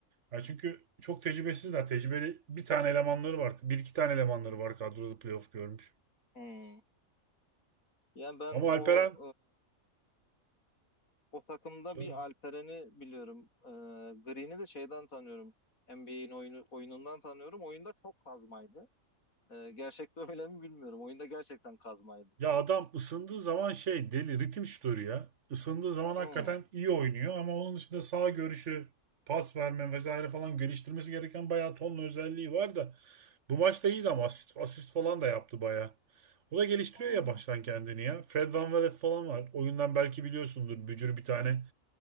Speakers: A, on the right; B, on the left.
A: Ya çünkü çok tecrübesizler. Tecrübeli bir tane elemanları var. Bir iki tane elemanları var kadroda playoff görmüş.
B: Hı. Yani ben
A: Ama
B: o
A: Alperen
B: e, o takımda
A: söyle.
B: bir Alperen'i biliyorum. E, Green'i de şeyden tanıyorum. NBA'in oyunu, oyunundan tanıyorum. Oyunda çok kazmaydı. E, gerçekte <laughs> öyle mi bilmiyorum. Oyunda gerçekten kazmaydı.
A: Ya adam ısındığı zaman şey deli ritim şutörü ya. Isındığı zaman
B: Hı.
A: hakikaten iyi oynuyor ama onun dışında sağ görüşü, pas verme vesaire falan geliştirmesi gereken bayağı tonla özelliği var da Bu maçta iyiydi ama asist, asist falan da yaptı baya. O da geliştiriyor
B: Hı.
A: ya baştan kendini ya. Fred VanVleet falan var. Oyundan belki biliyorsundur. Bücür bir tane